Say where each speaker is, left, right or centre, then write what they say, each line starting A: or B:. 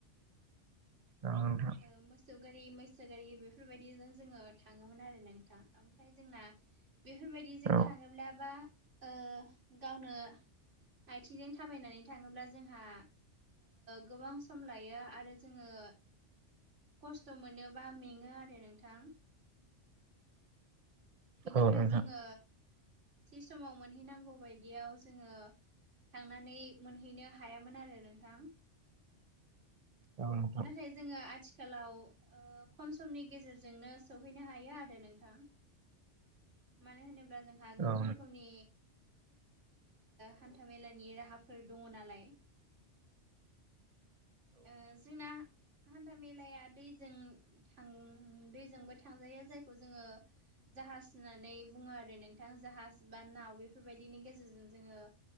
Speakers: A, on the right (about 35°); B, on the right (about 80°).
A: औ नोंथां।
B: ओ मोसौ गारि मैसो गारि बेफोरबायदिजों जोङो थाङोमोन आरो नोंथां। ओमफ्राय जोंना बेफोरबायदिजों
A: औ
B: थाङोब्ला बा ओ गावनो आइथिंजों थाबायनानै थाङोब्ला जोंहा गोबां सम लायो आरो जोङो खस्थ' मोनोबा मेङो आरो नोंथां। बिनिफ्राय
A: औ नोंथां
B: जोङो, थि समाव मोनहैनांगौ बायदियाव जोङो थांनानै मोनहैनो हायामोन आरो नोंथां
A: औ नं
B: नाथाय जोङो आथिखालाव ओ खम समनि गेजेरजोंनो सहैनो हायो आरो नोंथां मानो होनोब्ला जोंहा गोबां
A: औ नोंथां औ
B: रोखोमनि हान्थामेलानि राहाफोर दङ नालाय ओ जोंना हान्दा मेलाया दैजों थां दैजोंबो थांजायो जायखौ जोङो जाहाज होननानै बुङो आरो नोंथां जाहाज बा नाव बेफोरबायदिनि गेजेरजों जोङो